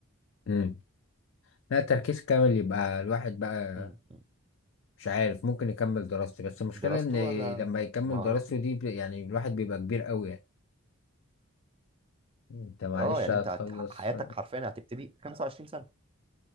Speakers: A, on the left; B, on the right.
A: مم. لا تركيز كامل يبقى الواحد بقى
B: مم. مم.
A: مش عارف ممكن يكمل دراسته بس المشكلة
B: دراسته
A: إن
B: ولا
A: لما يكمل
B: مهارات
A: دراسته دي ب- يعني الواحد بيبقى كبير أوي يعني أنت معلش
B: اه يعني
A: هتخلص
B: انت هت... حياتك حرفيا هتبتدي 25 سنة